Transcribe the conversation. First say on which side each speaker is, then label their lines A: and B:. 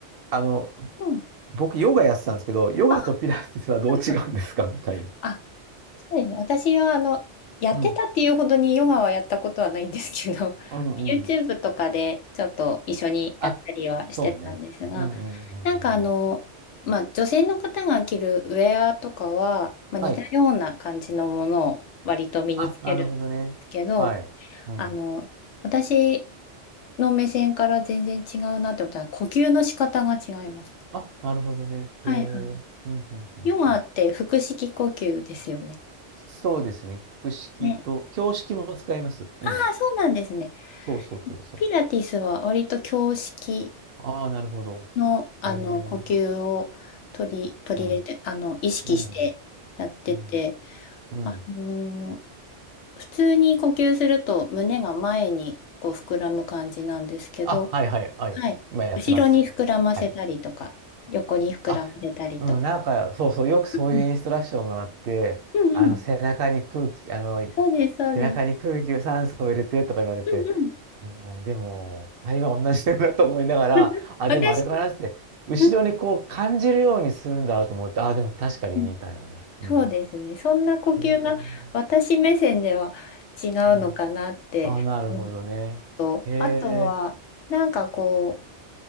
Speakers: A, on the right; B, on the left.
A: あの、
B: うん。
A: 僕、ヨガやってたんですけど、ヨガとピラティスはどう違うんですかみたいな。
B: あ、はいはい。あ、そうですね。私は、あの、やってたっていうほどにヨガはやったことはないんですけど、
A: うん。うんうん。
B: <laughs> YouTube とかでちょっと一緒にやったりはしてたんですが、
A: あ、そうね。うんうんうんうん。
B: なんかあの、まあ、女性の方が着るウェアとかは、まあ、
A: はい。
B: 似たような感じのものを割と身につけるんですけど、
A: あ、なるほどね。はい。うん。
B: あの、私の目線から全然違うなって思ったのは、呼吸の仕方が違います。
A: あ、なるほどね。
B: はいはい。
A: へえ。うんうんうんうん。
B: ヨガって腹式呼吸ですよね。
A: そうですね。複式と、
B: ね。
A: 教式も使います。うん。
B: ああ、そうなんですね。
A: そうそうそうそう。
B: ピラティスは割と胸式
A: ああ、なるほど。
B: の、あの呼吸を取り、
A: えー、
B: 取り入れて、
A: うん、
B: あの、意識してやってて、
A: うん、うん、うん。
B: あのー普通に呼吸すると胸が前にこう膨らむ感じなんですけど、
A: あ、はいはいはい。
B: はい。
A: 今やってます。
B: 後ろに膨らませたりとか、
A: はい。
B: 横に膨らませたりとか。
A: あ、うん、なんか、そうそう、よくそういうインストラクションがあって、
B: うんうんうん。
A: あの、背中に空気、あの、
B: そうです、そうです。
A: 背中に空気を酸素を入れてとか言われて、
B: うんうん。
A: もうでも、肺は同じだなと思いながら、
B: <laughs>
A: あ、
B: 私、
A: でもあれかなって、後ろにこう感じるようにするんだと思って、
B: うん
A: あ、でも確かにみたいなね。
B: うん
A: うん。
B: そうですね。そんな呼吸が私目線では違うのかなって。
A: へえ。うん。あ、なるほどね。
B: うんと、
A: へえ。
B: あとは、なんかこ